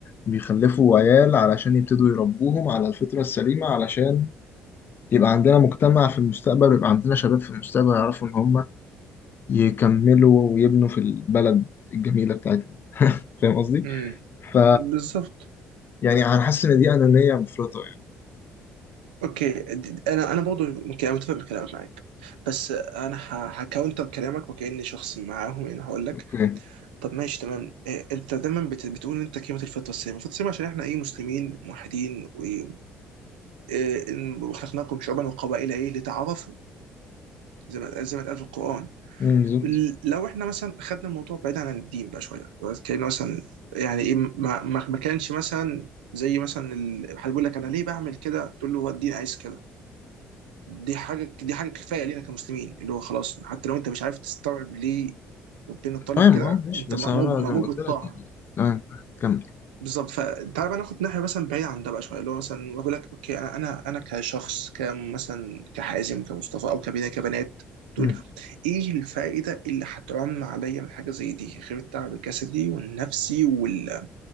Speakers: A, on the left (about 45°); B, on the right (about 80°).
A: بيخلفوا عيال علشان يبتدوا يربوهم على الفطرة السليمة علشان يبقى عندنا مجتمع في المستقبل ويبقى عندنا شباب في المستقبل يعرفوا إن هم يكملوا ويبنوا في البلد الجميلة بتاعتنا فاهم قصدي؟
B: امم
A: ف
B: بالظبط
A: يعني أنا حاسس إن دي أنانية مفرطة يعني
B: اوكي د- انا انا برضه ممكن انا متفق بكلامك معاك بس انا ه- هكاونتر كلامك وكاني شخص معاهم يعني هقول لك
A: أوكي
B: طب ماشي تمام إيه، انت دايما بت- بتقول انت قيمه الفطره السامه الفطره السامه عشان احنا ايه مسلمين موحدين و- إيه، آه، إن- وخلقناكم شعوبا وقبائل ايه لتعارفوا زي ما زي ما اتقال في القران
A: أمم، بالظبط
B: ال- لو احنا مثلا خدنا الموضوع بعيد عن الدين بقى شويه لو اتكلمنا مثلا يعني ايه ما ما ما كانش مثلا زي مثلا ال- حد بيقول لك انا ليه بعمل كده تقول له هو الدين عايز كده دي حاجه دي حاجه كفايه لينا كمسلمين اللي هو خلاص حتى لو انت مش عارف تستوعب ليه ربنا طالب
A: تمام
B: كده
A: أه ماشي
B: انت
A: بس
B: مأمور
A: أنا
B: مأمور
A: زي ما قلت
B: بالطاعه
A: لك يعني تمام تمام، كمل
B: بالظبط فتعال بقى ناخد ناحيه مثلا بعيده عن ده بقى شويه اللي هو مثلا اقول لك اوكي انا انا انا كشخص كمثلا كحازم كمصطفى او كبنات كبنات تقول
A: أمم.
B: ايه الفائده اللي هتعم عليا من حاجه زي دي غير التعب الجسدي والنفسي وال